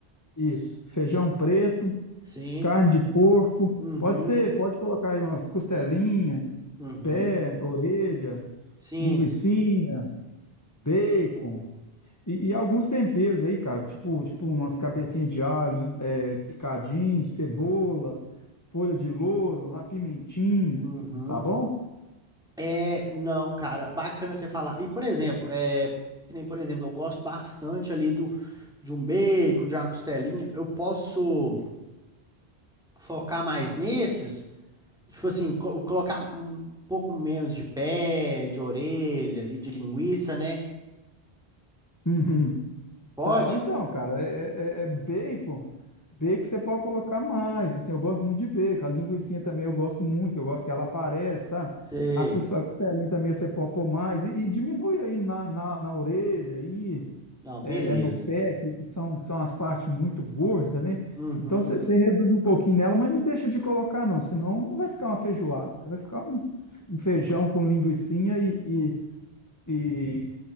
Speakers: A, on the left; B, in the centre.
A: Isso. Feijão preto,
B: Sim.
A: carne de porco.
B: Uhum.
A: Pode ser, pode colocar aí umas costelinhas,
B: Uhum.
A: pé, orelha,
B: Sim.
A: linguicinha, bacon. E, e alguns temperos aí, cara, tipo, tipo umas cabecinhas de alho, é, picadinho, cebola, folha de louro, uma pimentinha,
B: Uhum.
A: tá bom?
B: É, não, cara, bacana você falar. E, por exemplo, é, que nem, por exemplo, eu gosto bastante ali do, de um bacon, de uma costelinha. Eu posso focar mais nesses, tipo assim, co- colocar um pouco menos de pé, de orelha e de linguiça, né?
A: Uhum.
B: Pode?
A: Tá, ou então, cara, é, é- é bacon. Bacon você pode colocar mais, assim, eu gosto muito de bacon. A linguiça também eu gosto muito, que eu gosto que ela apareça, sabe?
B: Sei.
A: A cos- a costelinha também você pode pôr mais. E, e diminui aí na, na, na orelha, aí,
B: Não,
A: é,
B: beleza.
A: é no pé, que, que são, que são as partes muito gordas, né?
B: Uhum.
A: Então você, você reduz um pouquinho nela, mas não deixa de colocar, não, senão não vai ficar uma feijoada, né? Vai ficar um, um feijão com linguiçinha e, e, e,